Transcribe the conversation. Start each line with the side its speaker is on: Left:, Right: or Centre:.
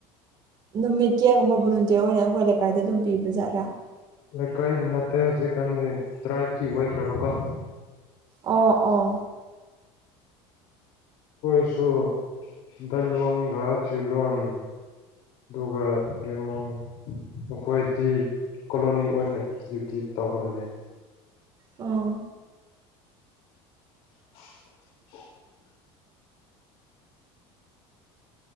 Right: ꯅꯨꯃꯤꯠ ꯀꯌꯥꯒꯨꯝꯕ ꯕꯣꯂꯟꯇꯤꯌꯔ ꯑꯣꯏꯅ ꯑꯩꯈꯣꯏ ꯂꯩꯀꯥꯏꯗ ꯑꯗꯨꯝ ꯄꯤꯕꯥꯖꯥꯠꯔꯥ
Left: ꯂꯩꯀꯥꯏꯒꯤ ꯅꯠꯇꯦ ꯍꯧꯖꯤꯛꯀꯥꯟꯗꯤ ꯇ꯭ꯔꯥꯏꯕꯀꯤ ꯑꯣꯏꯈ꯭ꯔꯕꯀꯣ
Right: ꯑꯣ ꯑꯣ
Left: ꯏꯁꯨ ꯗꯜꯋꯣꯡꯒ ꯖꯨꯂꯣꯟ ꯑꯗꯨꯒ ꯔꯤꯃꯣ ꯃꯈꯣꯏꯗꯤ ꯀꯣꯂꯣꯅꯤ ꯑꯣꯏꯅ ꯗ꯭ꯌꯨꯇꯤ ꯇꯧꯕꯒ ꯂꯩ
Right: ꯑꯣ
Left: <unintelligible>